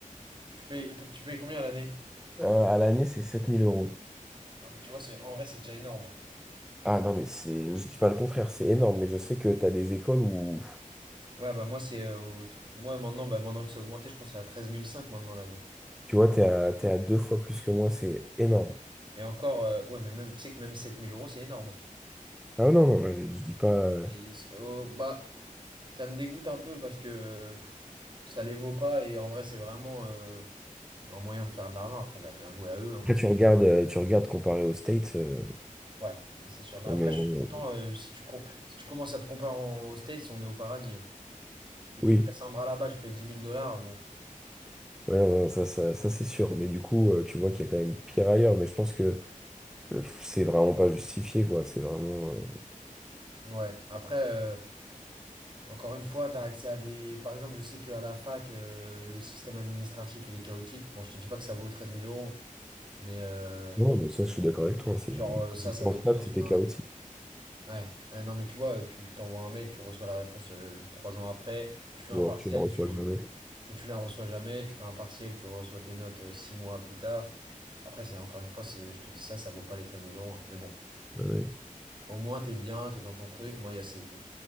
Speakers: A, on the right; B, in the centre.
A: Tu payes, tu payes combien à l'année?
B: Euh, à l'année, c'est 7000 euros.
A: Ouais, mais tu vois, c'est, en vrai, c'est déjà énorme.
B: Ah non, mais c'est, je dis pas le contraire, c'est énorme, mais je sais que t'as des écoles où,
A: Ouais, bah moi, c'est. euh, au- moi, maintenant, bah, maintenant que c'est augmenté, je crois que c'est à 13 500 maintenant l'année.
B: tu vois, t'es à, t'es à deux fois plus que moi, c'est énorme.
A: Et encore, euh, ouais, mais même, tu sais que même sept mille euros, c'est énorme. hein.
B: Ah non, non, mais je dis pas. euh,
A: Et ils- oh, bah, ça me dégoûte un peu parce que euh, pff, ça les vaut pas et en vrai, c'est vraiment euh, un moyen de faire de l'argent. Après, bah, bien joué à eux. hein.
B: Après, tu regardes, euh, tu regardes comparé aux States, euh,
A: Ouais, mais c'est sûr. Mais
B: on
A: après,
B: est-
A: je
B: on-
A: suis content. euh, si tu, com- si tu commences à te comparer en- aux States, on est au paradis. hein. que tu
B: oui,
A: te casses un bras là-bas, tu payes dix mille dollars. Bon, pff,
B: ouais, non, non, ça, ça, ça, c'est sûr, mais du coup, euh, tu vois qu'il y a quand même pire ailleurs, mais je pense que le- c'est vraiment pas justifié, quoi, c'est vraiment. euh,
A: ouais. Après. euh, Encore une fois, tu as accès à des... Par exemple, je sais qu'à la fac, euh, le système administratif, il est chaotique. Bon, je te dis pas que ça vaut treize mille euros, mais euh,
B: Non, mais ça, je suis d'accord avec toi, hein, c'est.
A: genre euh,
B: Quand
A: ça,
B: tu
A: ça
B: te lances
A: va être
B: pas,
A: plus
B: c'était
A: simple.
B: chaotique,
A: Ouais. Ouais, non, mais tu vois, tu t'envoies un mail, tu reçois la réponse euh, trois ans après. Tu fais
B: ou
A: un partiel,
B: alors tu la reçois
A: tu...
B: jamais.
A: ou tu la reçois jamais. Tu fais un partiel, tu reçois tes notes euh, six mois plus tard. Après, c'est encore une fois, c'est- je te dis ça, ça vaut pas les treize mille euros. hein. Mais bon,
B: Ouais, ouais.
A: au moins, t'es bien, t'es dans ton truc. Moi, il y a ces...